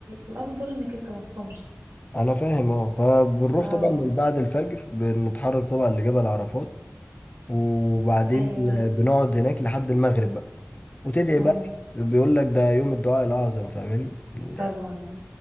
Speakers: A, on the right (about 70°); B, on the left (about 30°).
A: الأفضل إنك أنت ما تصومش
B: انا فاهم اه فبنروح
A: اه
B: طبعا من بعد الفجر بنتحرك طبعا لجبل عرفات وبعدين
A: أيوة أيوة
B: بنقعد هناك لحد المغرب بقى وتدعي
A: أمم،
B: بقى بيقول لك ده يوم الدعاء الاعظم فاهماني يعني
A: طبعا